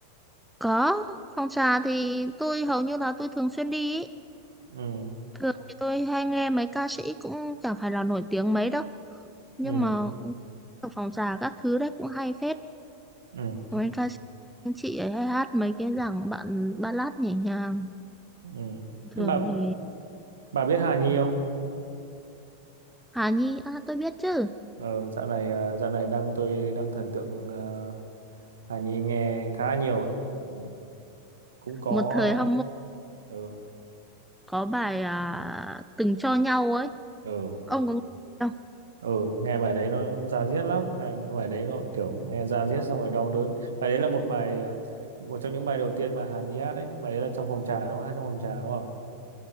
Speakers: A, in the centre; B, on the right (about 65°).
A: có phòng trà thì tôi hầu như là tôi thường xuyên đi ý.
B: ừ
A: Thường thì tôi hay nghe mấy ca sĩ cũng chẳng phải là nổi tiếng mấy đâu, nhưng
B: ừ
A: mà ở phòng trà các thứ đấy cũng hay phết.
B: ừ
A: Mấy ca sĩ anh chị ấy hay hát mấy cái dòng bạn ballad nhẹ nhàng.
B: ừ
A: Thường
B: thế bà
A: thì
B: bà biết Hà Nhi không
A: Hà Nhi, à tôi biết chứ.
B: ờ, dạo này ờ, dạo này đang tôi đang thần tượng ờ, Hà Nhi nghe khá nhiều ấy ừ. cũng có
A: Một thời hâm mộ
B: ừ
A: có bài à, Từng cho nhau ấy,
B: ừ
A: ông có nghe không?
B: ừ nghe bài đấy nó da diết lắm nghe bài đấy nó kiểu nghe da diết xong rồi đau đớn bài đấy là một bài à, một trong những bài đầu tiên mà Hà Nhi hát đấy bài đấy là trong phòng trà đúng không hát trong phòng trà đúng không